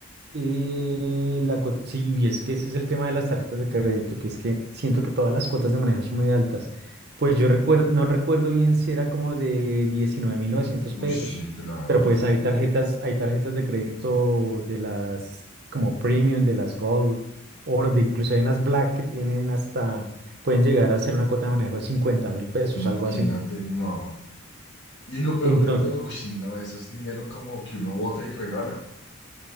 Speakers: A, on the right; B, on the left.
A: Eh, la cuota, sí, y es que ese es el tema de las tarjetas de crédito, que es que siento que todas las cuotas de manejo son muy altas. Pues yo recuerdo, no recuerdo bien si era como de diecinueve mil novecientos
B: Uy,
A: pesos,
B: sí, claro,
A: pero pues hay tarjetas, hay tarjetas de crédito de las como Premium, de las Gold, Oro, de incluso hay unas Black que tienen hasta, pueden llegar a ser una cuota de manejo de cincuenta mil pesos,
B: imagínate,
A: algo así.
B: no. Y lo peor
A: Entonces,
B: de todo, uy, no, eso es dinero como que uno bota y regala,